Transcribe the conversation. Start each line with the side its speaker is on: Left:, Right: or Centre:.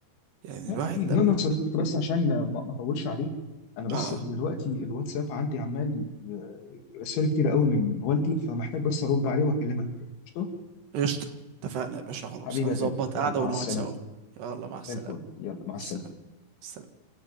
Right: يعني
Left: لا
Right: الواحد
Left: كتير
Right: لما
Left: المهم يا صديقي بس عشان ما ما اطولش عليك انا بس
Right: اه
Left: دلوقتي الواتساب عندي عمال ي- رسائل كتير قوي من والدي فمحتاج بس ارد عليه واكلمك تاني قشطه
Right: قشطة اتفقنا يا باشا خلاص
Left: حبيبي
Right: هنظبط
Left: يا غالي يلا
Right: قعدة
Left: مع
Right: ونقعد
Left: السلامه
Right: سوا يلا مع
Left: زي
Right: السلامة
Left: الفل يلا مع
Right: مع
Left: السلامه
Right: السلامة مع السلامة